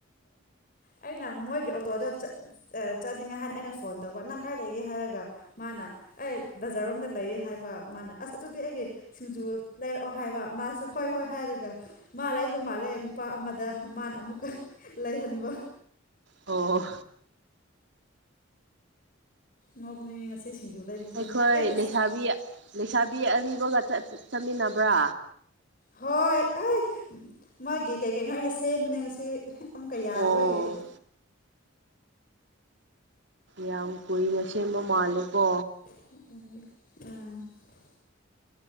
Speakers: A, on the left (about 40°); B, on the right (about 55°).
A: ꯑꯩꯅ ꯃꯣꯏꯒꯤ ꯑꯣꯇꯣꯗ ꯆꯠ ꯆꯠꯅꯤꯡꯉꯥꯏ ꯍꯥꯏꯅ ꯑꯩꯅ ꯐꯣꯟ ꯇꯧꯕ ꯅꯪ ꯀꯥꯏ ꯂꯩꯒꯦ ꯍꯥꯏꯔꯒ ꯃꯥꯅ ꯑꯩ ꯕꯖꯥꯔꯔꯣꯝꯗ ꯂꯩꯌꯦ ꯍꯥꯏꯕ ꯃꯥꯅ ꯑꯁ ꯑꯗꯨꯗꯤ ꯑꯩꯒꯤ ꯁꯤꯡꯖꯨ ꯂꯩꯔꯛꯑꯣ ꯍꯥꯏꯕ ꯃꯥꯁꯨ ꯍꯣꯏ ꯍꯣꯏ ꯍꯥꯏꯔꯒ ꯃꯥ ꯂꯩꯕ ꯃꯥꯜꯂꯦ ꯅꯨꯄꯥ ꯑꯃꯗ ꯃꯥꯅ ꯑꯃꯨꯛꯀ ꯂꯩꯍꯟꯕ
B: ꯑꯣ
A: ꯅꯣꯛꯅꯤꯡꯉꯦ ꯉꯁꯤ ꯁꯤꯡꯖꯨ ꯂꯩꯕꯁꯦ
B: ꯑꯩꯈꯣꯏ
A: ꯑꯩ ꯑꯁ
B: ꯂꯩꯁꯥꯕꯤ ꯂꯩꯁꯥꯕꯤ ꯑꯔꯤꯕꯒ ꯆꯠ ꯆꯠꯃꯤꯟꯅꯕ꯭ꯔꯥ
A: ꯍꯣꯏ ꯑꯩ ꯃꯥꯒꯤ ꯀꯩ ꯀꯩꯅꯣ ꯑꯩꯅ ꯁꯦꯝꯕꯅꯦ ꯉꯁꯤ ꯑꯃꯨꯛꯀ ꯌꯥꯗꯕꯒꯤ
B: ꯑꯣ ꯌꯥꯝ ꯀꯨꯏꯅ ꯁꯦꯝꯕ ꯃꯥꯜꯂꯦꯀꯣ
A: <unintelligible>